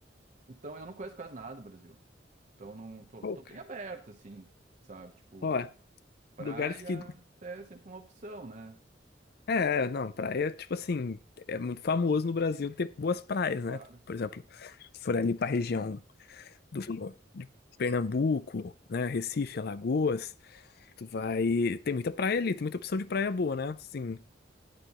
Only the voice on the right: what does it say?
Então eu não conheço quase nada do Brasil. Então não tô,
tô
bem aberto, assim, sabe? Tipo,
praia
é sempre uma opção, né?
Claro.